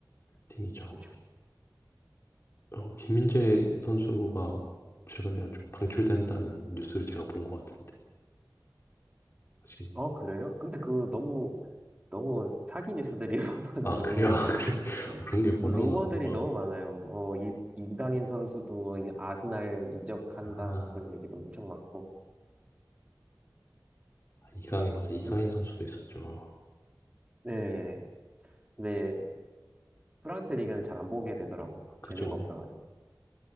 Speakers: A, on the left; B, on the right.
A: 팀이죠.
B: 그렇죠.
A: 거기. 어, 김민재 선수가 최근에 좀 방출된다는 뉴스를 제가 본 것 같은데 혹시
B: 어 그래요? 근데 그 너무 너무 사기 뉴스들이 <laughs> 많아가지고.
A: 아 그래요? 아, 그래 <laughs> 그런
B: 루머들이
A: 게 워낙 많아서
B: 너무 많아요. 어, 이, 이강인 선수도 어, 이 아스날 이적한다
A: 아,
B: 그런 얘기도 엄청 많고.
A: 아, 이강인
B: 음,
A: 맞아 이강인
B: 음,
A: 선수도 있었죠.
B: 네, 네 프랑스 리그는 잘 안 보게 되더라고.
A: 그죠.
B: 재미가 없어가지고.